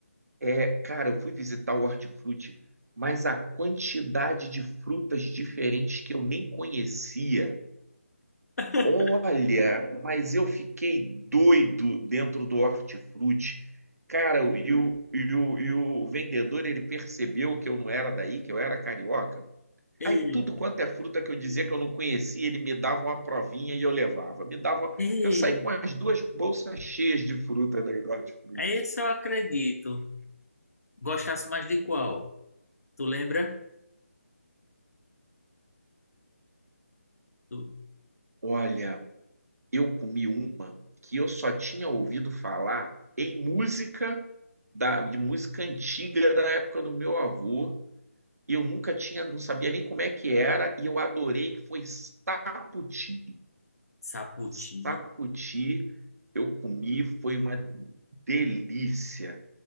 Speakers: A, on the right; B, on the left.
A: é, cara, eu fui visitar o hortifruti, mas a quantidade de frutas diferentes que eu nem conhecia
B: <laughs>
A: Olha, mas eu fiquei doido dentro do hortifruti. Cara, e o, e o, e o vendedor, ele percebeu que eu não era daí, que eu era carioca.
B: Ei,
A: Aí tudo quanto é fruta que eu dizia que eu não conhecia, ele me dava uma provinha e eu levava. Me dava,
B: ei,
A: eu saí com as duas bolsas cheias de fruta daí do hortifruti.
B: é esse eu acredito. Gostasse mais de qual? Tu lembra? Do
A: Olha, eu comi uma que eu só tinha ouvido falar em música da, de música antiga da época do meu avô e eu nunca tinha, não sabia nem como é que era, e eu adorei que foi sapoti,
B: Sapoti,
A: sapoti. eu comi, foi uma delícia.